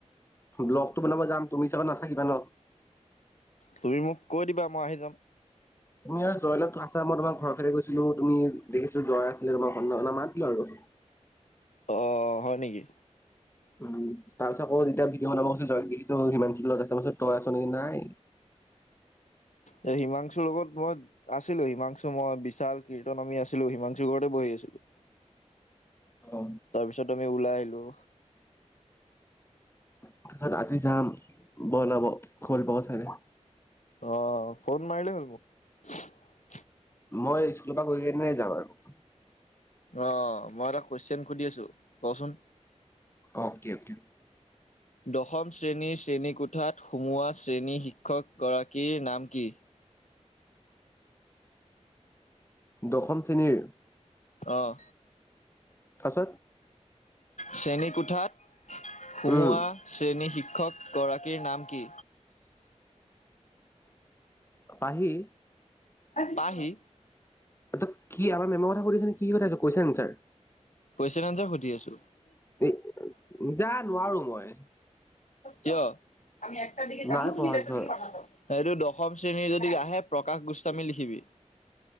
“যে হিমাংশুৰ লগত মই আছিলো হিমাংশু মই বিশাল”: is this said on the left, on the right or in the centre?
Left